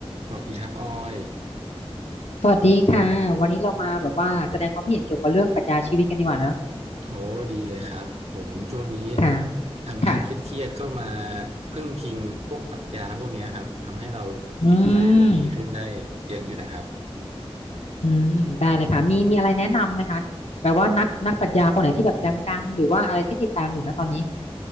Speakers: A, on the right; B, on the left.
A: สวัสดีครับออย
B: สวัสดีค่ะวันนี้เรามาแบบว่าแสดงความคิดเห็นเกี่ยวกับเรื่องปรัชญาชีวิตกันดีกว่าเนอะ
A: โอ้ดีเลยครับผมช่วงนี้
B: ค่ะ
A: ทำงานเครียดๆก็มา
B: ค่ะ
A: พึ่งพิงพวกปรัชญาพวกเนี้ยครับทำให้เราจิตใจเราดีขึ้นได้เยอะอยู่นะครับ
B: อืมอืมได้เลยค่ะมีมีอะไรแนะนำไหมคะแบบว่านักนักปรัชญาคนไหนที่แบบดังๆหรือว่าอะไรที่ติดตามอยู่นะตอนนี้